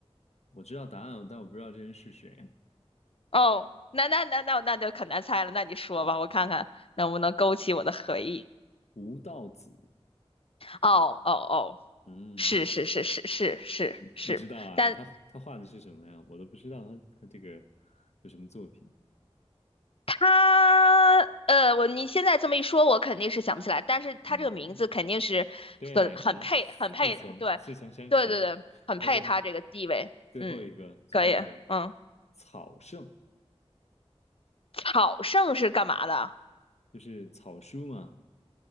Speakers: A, on the left; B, on the left.
A: 我知道答案，但我不知道这人是谁，
B: 哦，那那那那那就可难猜了，那你说吧，
A: 嗯，
B: 我看看能不能勾起我的回忆。
A: 吴道子，
B: 哦哦哦，
A: 嗯，
B: 是是是是是是是，
A: 你知道啊，
B: 但
A: 他他画的是什么呀？我都不知道他他这个有什么作品，
B: 他呃，我你现在这么一说，我肯定是想不起来，但是他这个名字肯定是很很配，
A: 嗯，对，好像似曾似曾相识。
B: 很配，对，对对对，很配他这个地位。
A: OK，最后一个，
B: 嗯，
A: 最后一个，
B: 可以，嗯，
A: 草圣
B: 草圣是干嘛的？
A: 就是草书嘛。